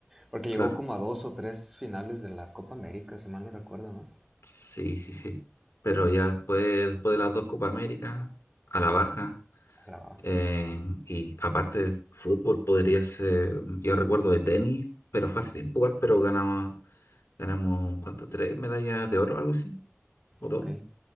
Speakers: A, in the centre; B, on the left (about 65°).
A: Porque
B: Claro.
A: llegó como a dos o tres finales de la Copa América, si mal no recuerdo, ¿no?
B: Sí, sí, sí. Pero ya después, después de las dos Copa América, a la baja.
A: A la baja.
B: eh, y aparte de fútbol, podría ser, yo recuerdo de tenis, pero fue hace tiempo igual, pero ganamos, ganamos, ¿cuánto? Tres medallas de oro, algo así. votó,
A: Ok,